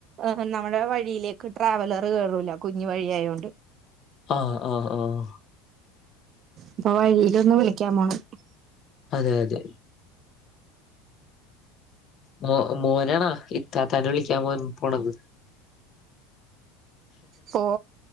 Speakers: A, on the right; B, on the left.
A: ഏഹ് നമ്മടെ വഴിയിലേക്ക് ട്രാവലറ് കേറുല്ല കുഞ്ഞു വഴിയായൊണ്ട്
B: ആഹ് ആഹ് ആഹ്
A: ഇപ്പൊ വഴിയില് വന്ന് വിളിക്കാൻ പോണം
B: അതെ അതെ മോ മോനാണാ ഇത്താത്താനെ വിളിക്കാൻ പോയത് പോണത്
A: പോ